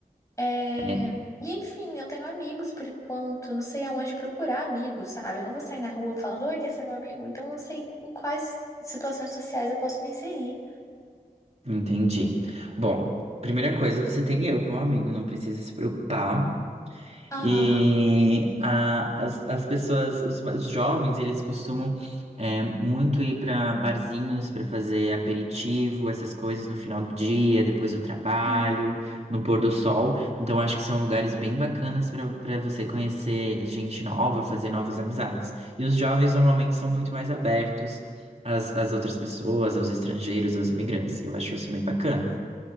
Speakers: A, on the left; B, on the right.
A: É,
B: É.
A: E enfim, não tenho amigos por enquanto, não sei aonde procurar amigos, sabe? Eu não vou sair na rua falando, oi, quer ser meu amigo? Então eu não sei em quais situações sociais eu posso me inserir.
B: Entendi. Bom, primeira coisa, você tem eu como amigo, não precisa se preocupar.
A: Ah,
B: E a- as, as pessoas, os, os jovens, eles costumam é, muito ir para barzinhos para fazer aperitivo, essas coisas no final do dia, depois do trabalho,
A: uhum.
B: no pôr do sol. Então, acho que são lugares bem bacanas para para você conhecer gente nova, fazer novas amizades. E os jovens normalmente são muito mais abertos às, às outras pessoas, aos estrangeiros, aos imigrantes. Eu acho isso bem bacana.